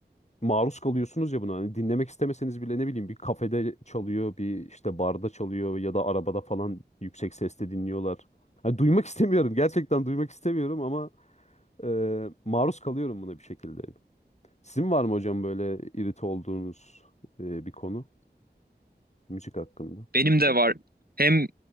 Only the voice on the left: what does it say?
maruz kalıyorsunuz ya buna. Hani dinlemek istemeseniz bile ne bileyim bir kafede çalıyor, bir işte barda çalıyor ya da arabada falan yüksek sesle dinliyorlar. Hani duymak istemiyorum. Gerçekten duymak istemiyorum ama e, maruz kalıyorum buna bir şekilde. Sizin var mı hocam böyle irite olduğunuz e, bir konu müzik hakkında?